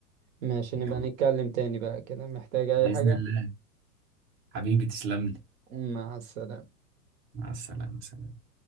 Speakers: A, on the right; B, on the right.
A: ماشي نبقى
B: يلا
A: نتكلم تاني بقى كده محتاج أي
B: باذن
A: حاجة
B: الله حبيبي تسلم لي
A: مع السلامة
B: مع السلامه سلام.